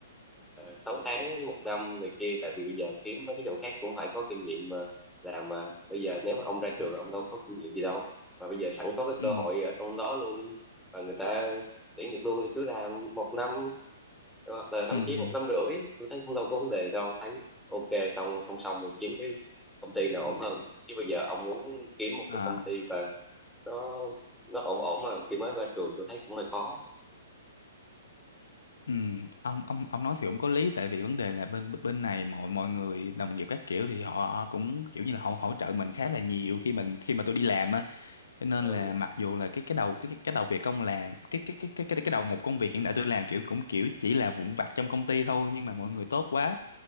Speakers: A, in the centre; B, on the left.
A: uh, 6 tháng đến một năm này kia tại vì bây giờ kiếm mấy cái chỗ khác cũng phải có kinh nghiệm mà làm mà bây giờ nếu mà ông ra trường ông đâu có kinh nghiệm gì đâu mà bây giờ sẵn có cái
B: ừ
A: cơ hội ở trong đó luôn và người ta tuyển được luôn thì cứ làm một năm hoặc là thậm
B: ừ
A: chí một năm rưỡi tôi thấy cũng đâu có vấn đề đâu thấy ok xong song song mình kiếm cái công ty nào ổn hơn chứ bây giờ ông muốn kiếm một
B: À.
A: cái công ty và nó nó ổn ổn mà khi mới ra trường tôi thấy cũng hơi khó
B: Ừ, ông ông ông nói thì cũng có lý tại vì vấn đề là bên bên này mọi mọi người đồng nghiệp các kiểu thì họ cũng kiểu như là họ hỗ trợ mình khá là nhiều khi mình khi mà tôi đi làm á cho nên
A: ừ
B: là mặc dù là cái cái đầu cái cái cái đầu việc công làm cái cái cái cái cái cái đầu một công việc hiện tại tôi làm kiểu cũng kiểu chỉ là vụn vặt trong công ty thôi nhưng mà mọi người tốt quá